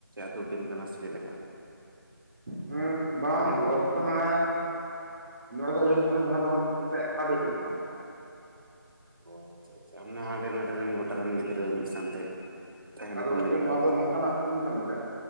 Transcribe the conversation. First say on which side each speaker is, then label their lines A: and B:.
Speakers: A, on the right; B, on the right.
A: ᱟᱹᱛᱩ ᱴᱤᱢ ᱠᱟᱱᱟ ᱥᱮ ᱪᱮᱫ ᱞᱮᱠᱟ?
B: ᱦᱮᱸ ᱵᱟᱝ ᱜᱚᱝᱠᱮ ᱢᱟᱱᱮ ᱱᱚᱣᱟ ᱫᱚ ᱦᱩᱭᱩᱜᱜ ᱠᱟᱱᱟ ᱾ ᱡᱟᱦᱟᱸ ᱫᱚ ᱢᱤᱫᱴᱮᱱ ᱮᱠᱟᱰᱮᱢᱤ ᱠᱟᱱᱟ ᱾
A: ᱚ ᱟᱪᱪᱷᱟ ᱟᱪᱪᱷᱟ ᱚᱱᱟ ᱚᱸᱰᱮ ᱱᱚᱰᱮ ᱨᱮᱱ ᱜᱚᱴᱟ ᱨᱮᱱ ᱜᱤᱫᱽᱨᱟᱹ ᱢᱤᱫ ᱥᱟᱶᱛᱮ ᱛᱟᱦᱮᱱᱟᱠᱚ
B: ᱟᱫᱚ ᱜᱚᱝᱠᱮ
A: ᱚᱸᱰᱮ ᱜᱮ
B: ᱱᱚᱣᱟ
A: ᱯᱨᱮᱠᱴᱤᱥ
B: ᱫᱚ ᱱᱚᱝᱠᱟᱱᱟᱜ ᱴᱤᱢ ᱠᱟᱱ ᱛᱟᱞᱮᱭᱟ